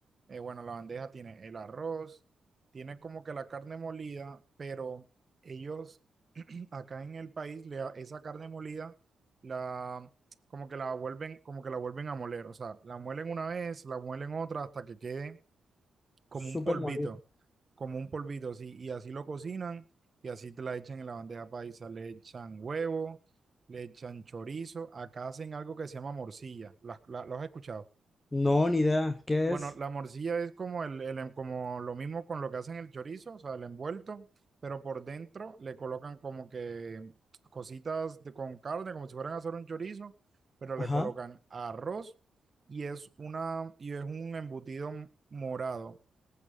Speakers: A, on the right; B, on the left.
A: eh, bueno, la bandeja tiene el arroz, tiene como que la carne molida, pero ellos <clears throat> acá en el país le, a- esa carne molida la como que la vuelven, como que la vuelven a moler, o sea, la muelen una vez, la muelen otra hasta que quede como
B: Súper
A: un polvito,
B: molido.
A: como un polvito, sí, y así lo cocinan y así te la echan en la bandeja paisa, le echan huevo, le echan chorizo, acá hacen algo que se llama morcilla, ¿Las, la, ¿los has escuchado?
B: No, ni idea. ¿Qué
A: Bueno,
B: es?
A: la morcilla es como, el, el, en- como lo mismo con lo que hacen el chorizo, o sea, el envuelto, pero por dentro le colocan como que cositas de, con carne, como si fueran a hacer un chorizo, pero le
B: Ajá.
A: colocan arroz y es, una, y es un embutido morado,